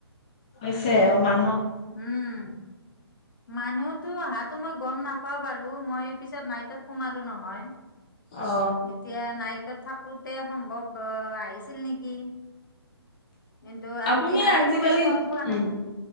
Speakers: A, on the left; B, on the left.
A: হৈছে অ মা।
B: উম মানুহতো অহাতো মই গম নাপাওঁ। বাৰু মই পিছত মাইটত সোমালো নহয়।
A: অ
B: এতিয়া নাইট থাকো। মোৰ মতে সম্ভৱ আহিছিল নেকি। কিন্তু আজি
A: আপুনি
B: আজিতো
A: আজিকালি
B: বাৰু গম পোৱা
A: উম
B: নাই।